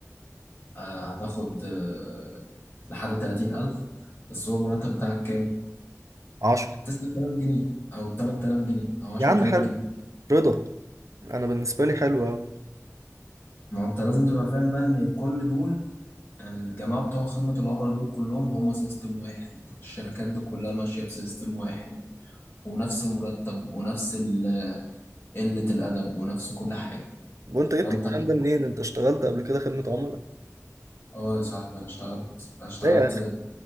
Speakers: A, on the left; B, on the right.
A: آه، هتاخد آه، لحد 30000 بس هو المرتب بتاعك كام؟
B: 10
A: 9000 جنيه أو 8000 جنيه أو 10000
B: يا عم حلو
A: جنيه
B: رضا انا بالنسبه لي حلو قوي
A: ما أنت لازم تبقى فاهم بقى إن كل دول يعني الجماعة بتوع خدمة العملاء دول كلهم هما سيستم واحد الشركات دي كلها ماشية بسيستم واحد ونفس المرتب ونفس ال- قلة الأدب ونفس كل حاجة
B: وانت جبت
A: فأنت
B: الكلام ده منين انت اشتغلت قبل كده خدمه عملاء
A: اه يا صاحبي انا اشتغلت اشتغلت
B: لا يا اخي